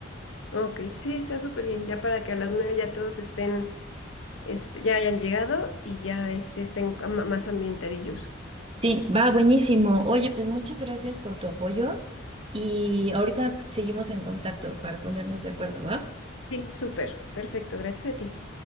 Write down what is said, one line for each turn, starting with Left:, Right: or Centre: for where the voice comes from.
Left: Ok, sí, está súper bien, ya para que a las 9 ya todos estén, este, ya hayan llegado y ya este, estén am- más ambientadillos.
Right: Sí, va buenísimo. Oye, pues muchas gracias por tu apoyo y ahorita seguimos en contacto para ponernos de acuerdo, ¿va?
Left: Sí, súper, perfecto, gracias a ti.